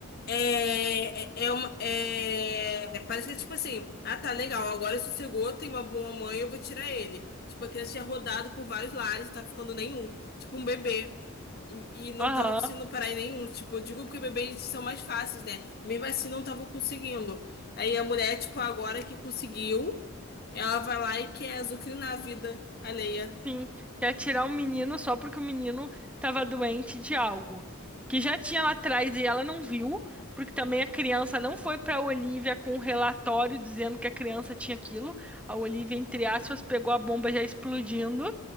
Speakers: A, on the left (about 45°); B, in the centre.
A: É, é, é uma, é, é, parece que é tipo assim, ah tá legal, agora sossegou, tem uma boa mãe, eu vou tirar ele. Tipo, a criança tinha rodado por vários lares, não tava ficando nenhum. Tipo, um bebê. E, e não
B: Aham.
A: tava conseguindo parar em nenhum. Tipo, eu digo porque bebês são mais fáceis, né? E mesmo assim não tava conseguindo. Aí a mulher, tipo, agora que conseguiu, ela vai lá e quer azucrinar a vida alheia.
B: Sim, quer tirar o menino só porque o menino tava doente de algo que já tinha lá atrás e ela não viu, porque também a criança não foi pra Olivia com um relatório dizendo que a criança tinha aquilo. A Olivia, entre aspas, pegou a bomba já explodindo